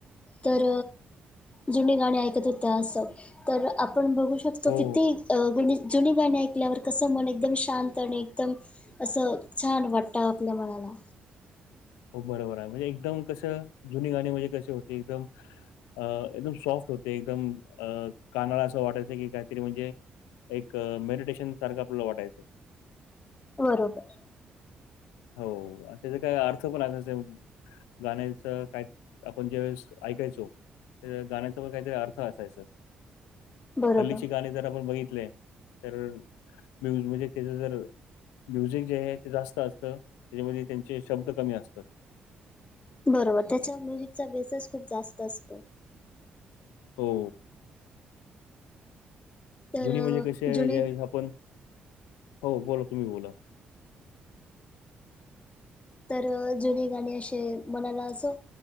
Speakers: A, on the left (about 30°); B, on the left (about 80°).
A: तर जुनी गाणी ऐकत होत्या असं तर आप आपण बघू शकतो
B: हो
A: किती गुणी जुनी गाणी ऐकल्यावर कसं मन एकदम शांत आणि एकदम असं छान वाटतं आपल्या मनाला.
B: हो बरोबर आहे म्हणजे एकदम कस जुनी गाणी म्हणजे कसे होती एकदम अ एकदम सॉफ्ट होते एकदम अ कानाला अस वाटायचं की काहीतरी म्हणजे एक मेडिटेशन सारखं आपल्याला वाटायचं.
A: बरोबर.
B: हो त्याचा काय अर्थ पण असायचा गाण्याच काय आपण ज्या वेळेस ऐकायचो त्या गाण्याचा पण काहीतरी अर्थ असायचा,
A: बरोबर
B: हल्लीची गाणी जर आपण बघितले तर म्यूज म्हणजे त्याचं जर म्युझिक जे आहे ते जास्त असतं त्याच्यामध्ये त्यांचे शब्द कमी असतात.
A: बरोबर त्याच्या म्युझिकचा बेसच खूप जास्त असतो.
B: हो.
A: तर
B: जुनी
A: अ,
B: म्हणजे कसे आहे
A: जुने
B: जे आपण, हो बोला तुम्ही बोला.
A: तर जुनी गाणी अशी आहेत मनाला असं